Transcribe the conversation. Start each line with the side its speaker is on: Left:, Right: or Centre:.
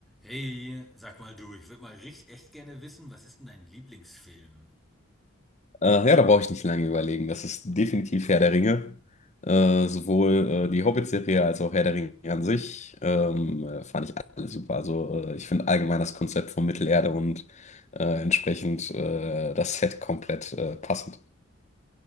Centre: Hey, sag mal du, ich würde mal richtig echt gerne wissen, was ist denn dein Lieblingsfilm?
Left: Äh, ja, da brauche ich nicht lange überlegen. Das ist definitiv Herr der Ringe. Äh, sowohl äh, die Hobbit-Serie als auch Herr der Ringe an sich ähm, äh, fand ich alles super. Also äh, ich finde allgemein das Konzept von Mittelerde und äh, entsprechend äh, das Set komplett äh, passend.